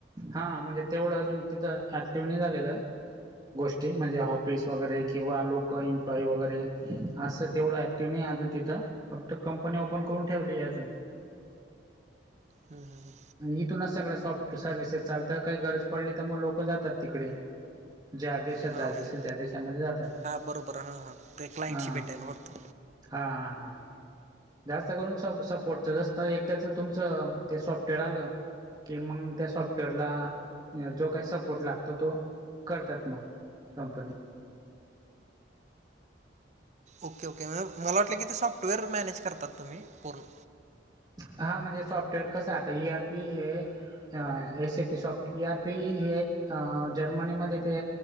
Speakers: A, on the right; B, on the right.
A: हा म्हणजे तेवढं अजून तिथं ऍक्टिव्ह नाही झालेलं. गोष्टी म्हणजे ऑफिस वगैरे किंवा लोकं इम्प्लॉय वगैरे असं तेवढं आहे. त नाही अजून तिथं फक्त कंपनी ओपन करून ठेवली अजून.
B: हम हम हम.
A: इथूनच सगळं सॉफ्ट सर्व्हिसेस चालत काही गरज पडली तर, मग लोक जातात तिकडे ज्यात देशात
B: हां
A: जायचं
B: म्हणजे
A: असेल त्या देशामध्ये जातात
B: हां बरोबर हां हां ते क्लायंटशी
A: हा.
B: भेटायला फक्त
A: हा हा हा. जास्त करून स सपोर्टच जास्त एकदाच तुमचं ते सॉफ्टवेअर आलं. कि मग त्या सॉफ्टवेअरला जो काही सपोर्ट लागतो तो करतात मग. कंपनी.
B: ओके ओके मग मला वाटलं की, ते सॉफ्टवेअर मॅनेज करतात तुम्ही पूर्ण.
A: हा म्हणजे सॉफ्टवेअर कसं आता इ आर पी हे. ए सटीसॉफ्ट आर पी हे जर्मनीमध्ये ते